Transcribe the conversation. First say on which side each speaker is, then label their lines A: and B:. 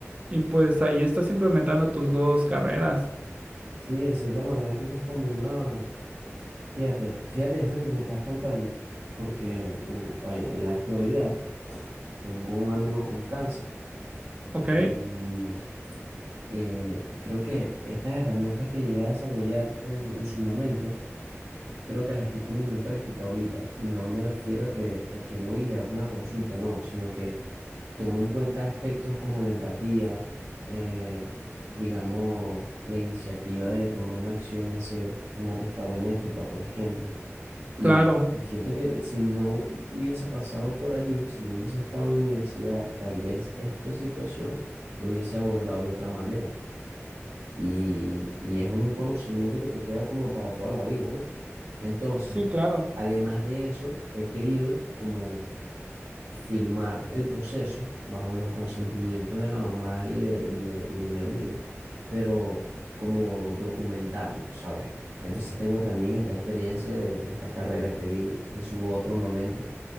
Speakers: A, on the right; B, on the right.
A: y pues ahí estás implementando tus dos carreras,
B: sí, de cierta manera tienes como una, fíjate, fíjate eso que me estás contando, porque u- en en la actualidad tengo un amigo con cáncer
A: ¿ok?
B: y eh, creo que estas herramientas que llegué a desarrollar en, en su momento, creo que las estoy poniendo en práctica ahorita y no me refiero a que, a que voy y le hago una consulta, no, sino que tomo en cuenta aspectos como la empatía, eh, digamos, la iniciativa de tomar una acción y hacer una rifa benéfica, por ejemplo, y,
A: Claro,
B: y siento que si no hubiese pasado por allí, si no hubiese estado en la universidad, tal vez esta situación lo hubiese abordado de otra manera y, y es un conocimiento que te queda como para toda la vida, ¿no? Entonces,
A: sí, claro.
B: además de eso, he querido como filmar el proceso bajo los consentimientos de la mamá y de, y de, y de mi amigo, pero como documentarlo, ¿sabes? Entonces tengo también esta experiencia de, de esta carrera que vi en su otro momento.